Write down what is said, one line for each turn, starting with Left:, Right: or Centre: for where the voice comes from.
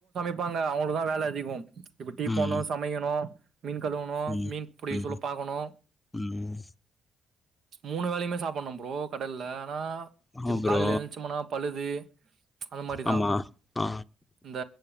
Right: ப்பாங்க அவ்ங்களுதா வேல அதிகோம் இப்ப டீ போட்னு
Left: ம்
Right: சமைக்கனு மீன் கழுவனு
Left: ம்
Right: மீன் புடிக்க
Left: ம்
Right: சொல்ல பாக்கனு
Left: ம்
Right: மூணு வேலைமே சாப்புட்னு ப்ரோ கடல்ல ஆனா
Left: ஆமா
Right: இப்ப
Left: ப்ரோ
Right: கால்ல எந்ச்சோமனா பல்லு தி அது மாரிதா
Left: ஆமா ஆ
Right: இந்த